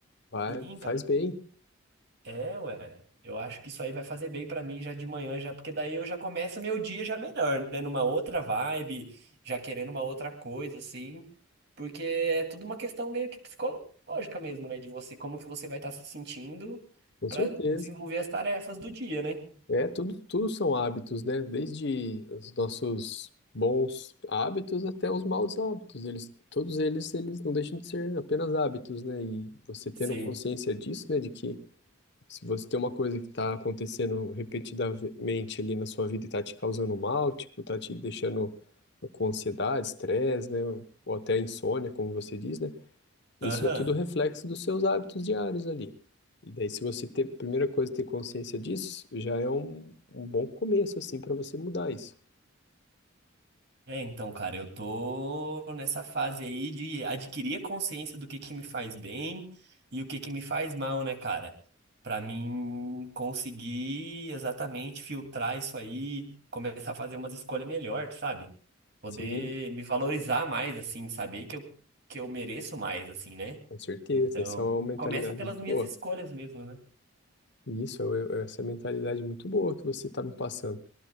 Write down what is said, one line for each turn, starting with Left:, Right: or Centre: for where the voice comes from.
Left: Vai,
Right: Sim,
Left: faz
Right: cara.
Left: bem,
Right: É, ué. Eu acho que isso aí vai fazer bem pra mim já de manhã, já, porque daí eu já começo meu dia já melhor, né? Numa outra vibe, já querendo uma outra coisa, assim. Porque é tudo uma questão meio que psicológica mesmo, né? De você, como que você vai estar se sentindo
Left: com
Right: pra
Left: certeza.
Right: desenvolver as tarefas do dia, né?
Left: É, tudo, tudo são hábitos, né? Desde os nossos bons hábitos até os maus hábitos. Eles, todos eles, eles não deixam de ser apenas hábitos, né? E você tendo
Right: Sim.
Left: consciência disso, né? De que se você tem uma coisa que está acontecendo repetidamente ali na sua vida e está te causando mal, tipo, tá te deixando com ansiedade, estresse, né? Ou até insônia, como você diz, né? Isso
Right: Aham.
Left: é tudo reflexo dos seus hábitos diários ali. E daí, se você ter, primeira coisa, ter consciência disso, já é um, um bom começo, assim, para você mudar isso.
Right: É, então, cara, eu tô nessa fase aí de adquirir a consciência do que que me faz bem e o que que me faz mal, né, cara? Pra mim conseguir exatamente filtrar isso aí, começar a fazer umas escolhas melhor, sabe? Poder
Left: Sim,
Right: me valorizar mais, assim, saber que eu, que eu mereço mais, assim, né?
Left: com certeza.
Right: Então,
Left: Essa é uma mentalidade
Right: começa pelas
Left: muito
Right: minhas
Left: boa.
Right: escolhas mesmo, né?
Left: E Isso, é é essa mentalidade muito boa que você está me passando.